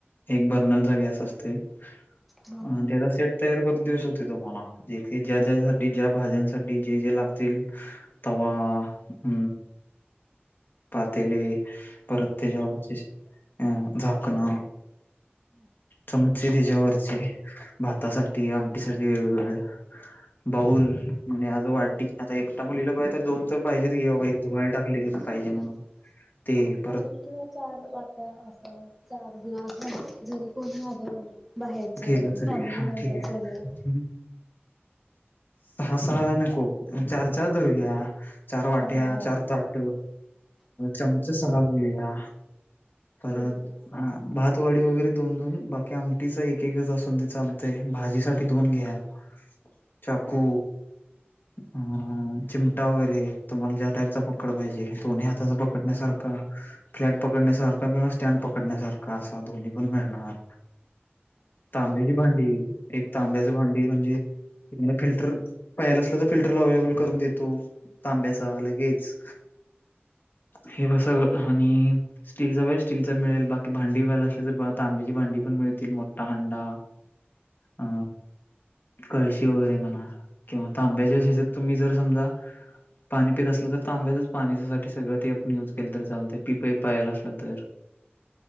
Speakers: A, on the left; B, in the centre.
A: एक बर्नलचा गॅस असतोय अ
B: हा
A: त्याचा सेट तयार करून देऊ शकते तुम्हाला जे ज्या ज्यासाठी ज्या भाज्यांसाठी जे जे लागतील तवा अ पातेले परत त्याच्यावरचे अ झाकणं
B: हम्
A: चमचे त्याच्यावरचे भातासाठीठ आमटी साठी वेगवेगळे बाऊल म्हणजे आज वाटी आता एकटा मुलीला पाहिजे तर दोन तर पाहिजे की आता धुवायला टाकले एक
B: हा
A: पाहिजे म्हणून ते परत
B: दोन किंवा चार वाट्या अस चार ग्लास जरी कोणी आलं. बाहेरच
A: केलं तरी
B: फॅमिली
A: हा
B: मेंबर्स
A: ठीक
B: वगैरे
A: आहे सहा, सहा नको चार, चार धरूया. चार वाट्या,
B: हा हो
A: चार ताट चम च सहा घेऊया परत
B: हो हो
A: भा वाडी वगैरे दोन दोन बाकी आमटीचा एक. असून दे चालतय भाजी साठी दोन घ्या. चाकू अं चिमटा वगैरे तुम्हाला ज्या टाईपचा पकड पाहिजे, दोन्ही हाताचा पकडण्यासारखा फ्लॅट पकडण्यासारखा किंवा स्टँड पकडण्यासारखा असा दोन्ही पण मिळणार. तांब्याची भांडी एक तांब्याची भांडी म्हणजे फिल्टर पाहिजे असलं तर फिल्टरला अवेलेबल मिळेल करून देतो तांब्याचा लगेच हे बस आणि स्टीलचा बा स्टीलचा मिळेल बाकी भांडी व्हायला असली तर तांब्याची भांडी पण मिळतील मो हंडा अ कळशी वगैरे म्हणा किंवा तांब्याच्या तुम्ही जर समजा पाणी पेत असल तर तांब्याचच पाण्या सगळं ते आपण युज केलं तर चालतय पिप पायजेल असलं तर.